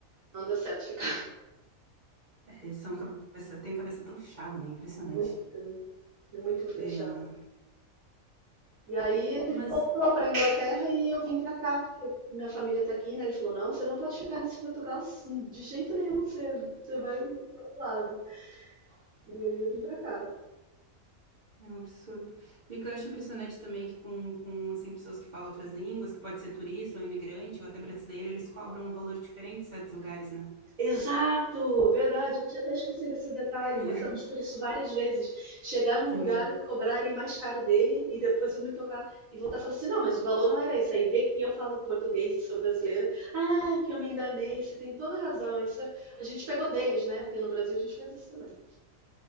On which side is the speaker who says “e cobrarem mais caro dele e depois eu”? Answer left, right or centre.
Right